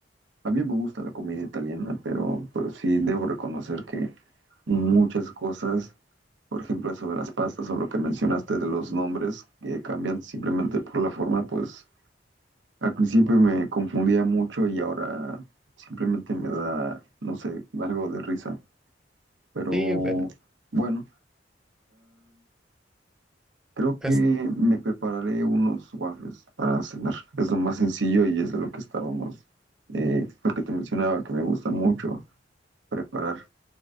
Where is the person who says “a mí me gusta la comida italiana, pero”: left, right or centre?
Right